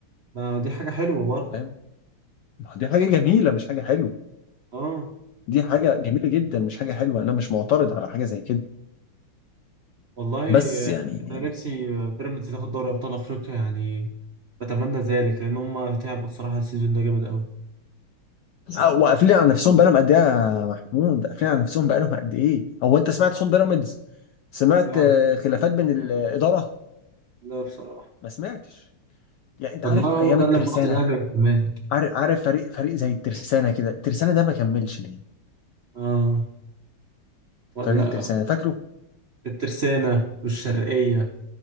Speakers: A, on the right; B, on the left.
A: ما دي حاجه حلوه برضه
B: فاهم ما هو دي حاجة جميلة مش حاجة حلوة
A: اه
B: دي حاجة جميلة جدا مش حاجة حلوة انا مش معترض على حاجة زي كده
A: والله
B: بس يعني
A: انا نفسي بيراميدز تاخد دوري ابطال افريقيا يعني بتمنى ذلك لان هم تعبوا الصراحه السيزون ده جامد قوي
B: آه، وقافلين على نفسهم بقالهم قد ايه يا محمود قافلين على نفسهم بقالهم قد ايه هو انت سمعت صوت بيراميدز سمعت
A: لا
B: آه، خلافات بين الاداره
A: لا بصراحه
B: ما سمعتش يعني انت
A: والله
B: عارف ايام
A: هو ده
B: الترسانه
A: اللي مبوظ الاهلي والزمالك
B: عارف عارف فريق فريق زي الترسانه كده الترسانه ده ما كملش ليه
A: اه ولا
B: فريق الترسانه فاكره
A: الترسانه والشرقيه